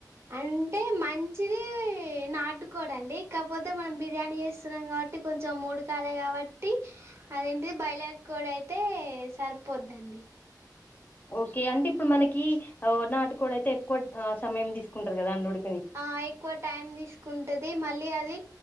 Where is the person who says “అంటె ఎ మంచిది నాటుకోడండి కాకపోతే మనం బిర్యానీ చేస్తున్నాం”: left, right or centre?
Right